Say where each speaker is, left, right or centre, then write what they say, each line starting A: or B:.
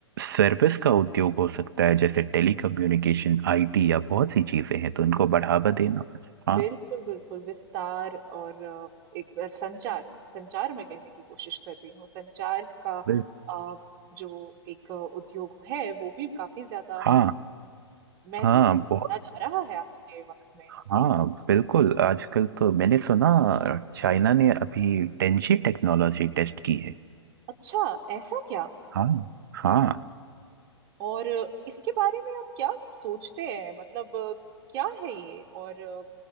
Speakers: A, on the right; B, on the right.
A: सर्विस का उद्योग हो सकता है जैसे टेलीकम्युनिकेशन आईटी या बहुत सी चीजें हैं तो उनको बढ़ावा देना हाँ
B: बिल्कुल बिल्कुल विस्तार और अ, एक बार संचार संचार मैं कहने की कोशिश कर रही हूँ संचार का
A: बिल्कुल
B: अ, जो एक अ, उद्योग है वो भी काफी ज्यादा
A: हाँ
B: महत्व
A: हाँ
B: दिया
A: बहुत
B: जा रहा है आज के वक्त में
A: हाँ बिल्कुल आजकल तो मैंने सुना चाइना ने अभी टेंजी टेक्नोलॉजी टेस्ट की है
B: अच्छा ऐसा क्या
A: हाँ हाँ
B: और अ, इसके बारे में आप क्या सोचते हैं मतलब अ, क्या है ये और अ,